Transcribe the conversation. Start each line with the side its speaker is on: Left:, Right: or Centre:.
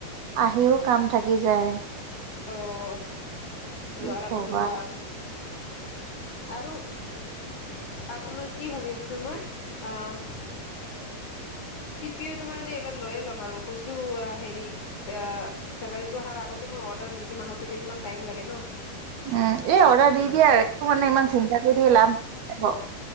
Right: আহিও কাম থাকি যায়।
Left: অহ।
Right: কি
Left: যোৱাৰ
Right: কবা।
Left: আগতো কাম। আৰু আপোনাৰ কি ভাবি আছিলো মই। আহ। টি পি ইউ টো মানে এইবাৰ লৈয়ে লম আৰু কৈছোঁ‌ আ হেৰি আ চেলাৰীটো আহাৰ আগতে মই অৰ্ডাৰ দি দিম, আহোতে কেইদিনমান টাইম লাগে ন।
Right: উম, এই অৰ্ডাৰ দি
Left: মানে
Right: দিয়া একোটো হোৱা নাই ইমান চিন্তা কৰি থাকি লাভ ব।